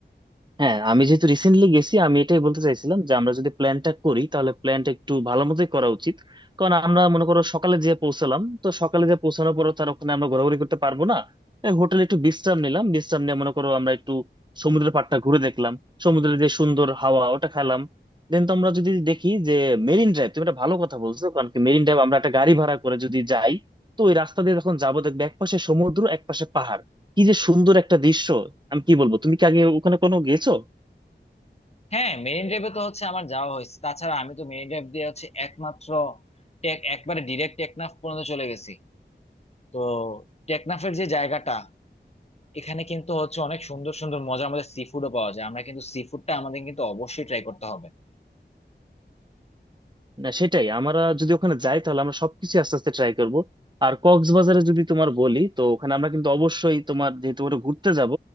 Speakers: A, on the right; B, on the left.
A: হ্যাঁ আমি যেহেতু রিসেন্টলি গেছি আমি এটাই বলতে চাইছিলাম যে আমরা যদি প্ল্যানটা করি তাহলে প্ল্যানটা একটু ভালো মতোই করা উচিত কারণ আমরা মনে করো সকালে যে পৌঁছালাম তো সকালে যে পৌঁছানোর পর তার ওখানে আমরা ঘোরাঘুরি করতে পারবো না হোটেলে একটু বিশ্রাম নিলাম বিশ্রাম নিয়ে মনে করো আমরা একটু সমুদ্রের পাড়টা ঘুরে দেখলাম সমুদ্রের যে সুন্দর হাওয়া ওটা খেলাম দেন তো আমরা যদি দেখি যে মেরিন ড্রাইভ তুমি একটা ভালো কথা বলছো কারণ কি মেরিন ড্রাইভ আমরা একটা গাড়ি ভাড়া করে যদি যাই তো ওই রাস্তা দিয়ে যখন যাবো দেখবে একপাশে সমুদ্র একপাশে পাহাড় কি যে সুন্দর একটা দৃশ্য আমি কি বলবো তুমি কি আগে ওখানে কোনো গেছো
B: হ্যাঁ মেরিন ড্রাইভে তো হচ্ছে আমার যাওয়া হয়েছে তাছাড়া আমি তো মেরিন ড্রাইভ দিয়ে হচ্ছে একমাত্র টেক একবারে ডিরেক্ট টেকনাফ পর্যন্ত চলে গেছি তো টেকনাফের যে জায়গাটা এখানে কিন্তু হচ্ছে অনেক সুন্দর সুন্দর মজার মজার সি ফুডও পাওয়া যায় আমরা কিন্তু সি ফুডটা আমাদের কিন্তু অবশ্যই ট্রাই করতে হবে
A: না সেটাই আমরা যদি ওখানে যাই তাহলে আমরা সবকিছু আস্তে আস্তে ট্রাই করব আর কক্সবাজারে যদি তোমার বলি তো ওখানে আমরা কিন্তু অবশ্যই তোমার যেহেতু ওখানে ঘুরতে যাব